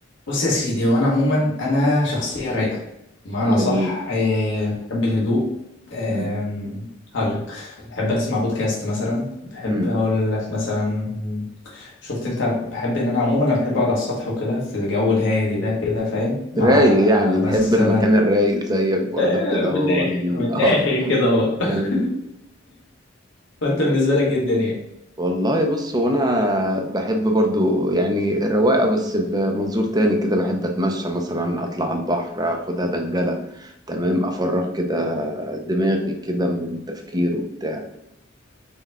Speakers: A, on the left; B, on the right.
A: بص يا سيدي وانا عموما انا شخصيه رايقه بمعنى
B: جميل
A: صح آه، بحب الهدوء آم،
B: مم.
A: هقول لك بحب اسمع بودكاست مثلا بحب
B: مم.
A: اقول لك مثلا شفت انت بحب ان انا عموما انا بحب اقعد على السطح وكده في الجو الهادي ده كده
B: مم.
A: فاهم مع
B: رايق يعني
A: مثلا
B: تحب المكان الرايق زيك برضو
A: آه،
B: كده
A: من
B: وال...
A: الاخر من الاخر
B: <laughs> اه
A: كده اهو <laughs>
B: جميل
A: فانت بالنسبه لك ايه الدنيا
B: والله بص هو انا بحب برضو يعني الرواقه بس بمنظور تاني كده بحب اتمشى مثلا اطلع على البحر اخدها دنجله تمام افرغ كده دماغي كده من تفكير وبتاع